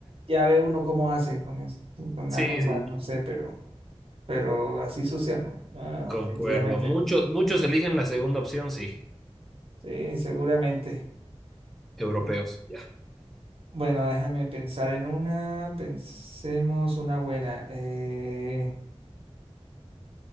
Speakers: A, on the right (about 60°); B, in the centre.
A: Ya ve uno cómo hace con, es- con
B: Sí,
A: la ropa,
B: sí,
A: no sé, pero, pero así sucia no. No, no, no,
B: concuerdo.
A: definitivamente
B: Muchos,
A: no.
B: muchos eligen la segunda opción, sí.
A: Sí, seguramente.
B: Europeos,
A: Bu-
B: ya.
A: Bueno, déjame pensar en una. Pensemos una buena. Eh,